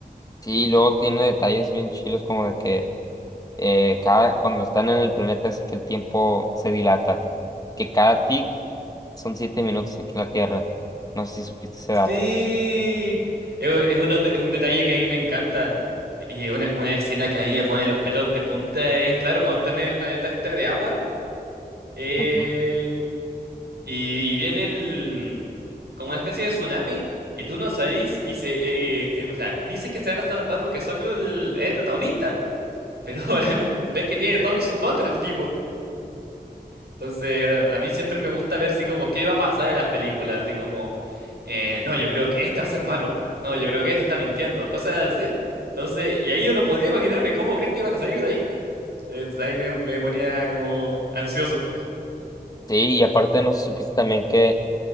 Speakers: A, on the left (about 20°); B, on the right (about 75°).
A: Sí, y luego tiene detalles bien chilos como de que eh, cada, cuando están en el planeta es que el tiempo se dilata, que cada tic son siete minutos aquí en la Tierra. No sé si supiste ese
B: Sí,
A: dato.
B: es, es uno de- un detalle que a mí me encanta. Y es una, una escena que a mí me pone los pelos de punta es, claro, cuando están en el planeta este de agua eh,
A: Ujú.
B: y, y viene el, como una especie de tsunami y tú no sabes dice, eh, este, o sea, dices que se van a salvar porque son el, el protagonista. Pero <laughs> eh, ves que tiene todo en su contra el tipo. Entonces, a mí siempre me gusta ver si como qué va a pasar en las películas, así como, eh, no, yo creo que este va a ser malo, no, yo creo que este está mintiendo, cosas así. Entonces, y ahí yo no podía imaginarme cómo crees que iban a salir de ahí. Entonces ahí me, me ponía como ansioso.
A: Sí, y aparte no sé si supiste también que